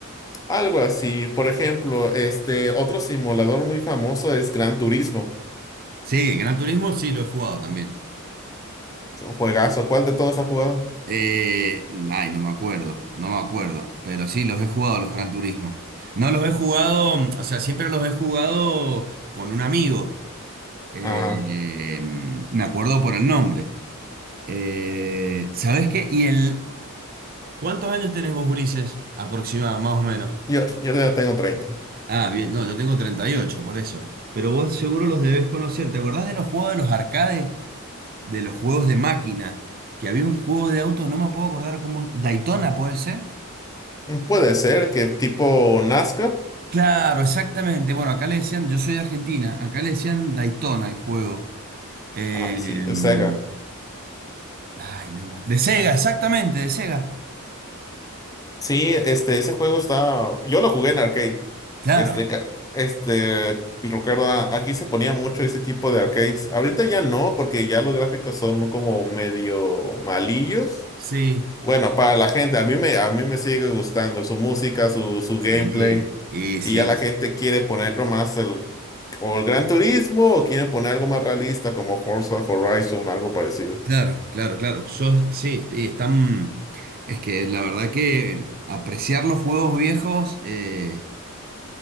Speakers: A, on the left; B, on the right.
A: Algo así. Por ejemplo, este otro simulador muy famoso es Gran Turismo.
B: Sí, Gran Turismo sí lo he jugado también.
A: Juegazo. ¿Cuál de todos has jugado?
B: Eh, ay, no me acuerdo, no me acuerdo, pero sí los he jugado los Gran Turismo. No los he jugado, mm, o sea, siempre los he jugado con un amigo. Eh,
A: Ajá.
B: mm, me acuerdo por el nombre. Eh, ¿sabés qué? Y el... ¿Cuántos años tenés vos, Ulises? Aproximado, más o menos.
A: Yo, yo ya tengo 30.
B: Ah, bien, no, yo tengo 38, por eso. Pero vos seguro los debés conocer. ¿Te acordás de los juegos de los arcades? De los juegos de máquina. Que había un juego de auto, no me puedo acordar cómo... Daytona, ¿puede ser?
A: Puede ser que tipo nascar,
B: Claro, exactamente. Bueno, acá le decían, yo soy de Argentina, acá le decían Daytona el juego. Eh,
A: Ah, sí,
B: em,
A: de Sega.
B: ay, no más. De Sega, exactamente, de Sega.
A: Sí, este, ese juego está. Yo lo jugué en arcade.
B: Claro.
A: Este, ca- este, recuerdo, a- aquí se ponía mucho ese tipo de arcades. Ahorita ya no, porque ya los gráficos son como medio malillos.
B: Sí.
A: Bueno, para la gente, a mí me, a mí me sigue gustando su música, su, su
B: Sí,
A: gameplay,
B: y sí.
A: y ya la
B: sí.
A: gente quiere ponerlo más el, o el Gran Turismo, o quieren poner algo más realista como Forza Horizon, algo parecido.
B: Claro, claro, claro. Yo, sí, y están. Es que la verdad que apreciar los juegos viejos, eh,